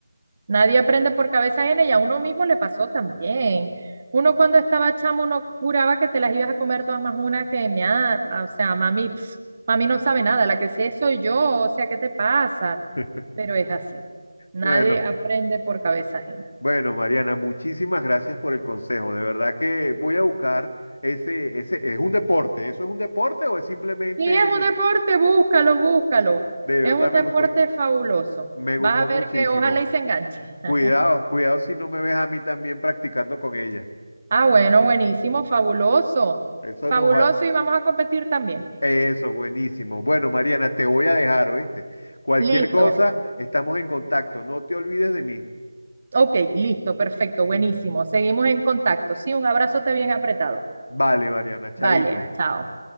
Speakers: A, on the right (about 40°); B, on the left (about 70°).
A: Nadie aprende por cabeza ajena y a uno mismo le pasó también. Uno cuando estaba chamo, uno juraba que te las ibas a comer todas más una que me o sea, mami, pf, mami no sabe nada, la que sé soy yo, o sea, ¿qué te pasa?
B: <laughs>
A: Pero es así. Nadie
B: Bueno,
A: aprende por cabeza ajena.
B: bueno, Mariana, muchísimas gracias por el consejo. De verdad que voy a buscar ese, ese, ¿es un deporte? ¿Eso es un deporte o es simplemente,
A: Si es un deporte, búscalo, búscalo.
B: de
A: Es
B: verdad
A: un deporte
B: me gustó?
A: fabuloso.
B: Me
A: Vas
B: gustó muchísimo.
A: a ver que ojalá y se enganche.
B: Cuidado,
A: <laughs>
B: cuidado si no me ves a mí también practicando con ella.
A: Ah, bueno, buenísimo, fabuloso.
B: Eso
A: Fabuloso
B: nos va.
A: y vamos a competir también.
B: Eso, buenísimo. Bueno, Mariana, te voy a dejar, ¿oíste? Cualquier
A: Listo.
B: cosa, estamos en contacto. No te olvides de mí.
A: Ok, listo, perfecto, buenísimo. Seguimos en contacto. Sí, un abrazote bien apretado.
B: Vale, Mariana, chaito.
A: Vale, chao.